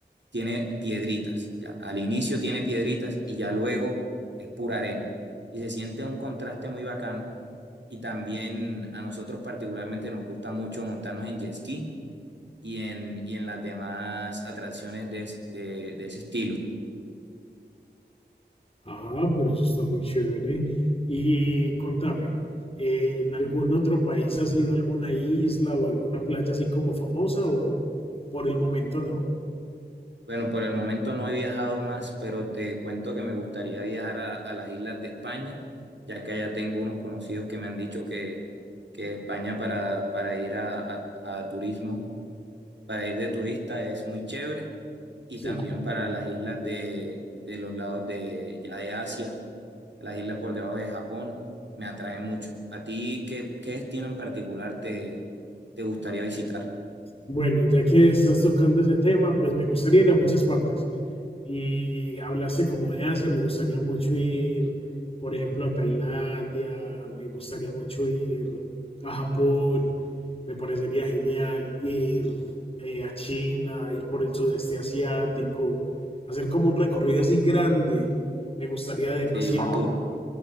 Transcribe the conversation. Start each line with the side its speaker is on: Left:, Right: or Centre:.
Right: tiene piedritas, ya. Al inicio tiene piedritas y ya luego es pura arena. Y se siente un contraste muy bacano y también a nosotros particularmente nos gusta mucho montarnos en jet ski y en, y en las demás atracciones de, es- de, de ese estilo.
Left: Ah, pero eso está muy chévere. Y contame, eh, ¿en algún otro país has ido a alguna isla o alguna playa así como famosa o por el momento no?
Right: Bueno, por el momento no he viajado más, pero te cuento que me gustaría viajar a, a las islas de España, ya que allá tengo unos conocidos que me han dicho que, que España para, para ir a, a, a turismo, para ir de turista es muy chévere, y
Left: Sí.
Right: también para las islas de, de los lados de, ya de Asia Las islas por debajo de Japón me atraen mucho. ¿A ti qué, qué destino en particular te, te gustaría visitar?
Left: Bueno, ya que estás tocando ese tema, pues me gustaría ir a muchas partes. Y hablaste como de Asia, me gustaría mucho ir, por ejemplo, a Tailandia, me gustaría mucho ir a Japón. me parecería genial ir eh, a China, ir por el sudeste asiático, hacer como un recorrido así grande. Me gustaría demasiado.
Right: Sí, un tour.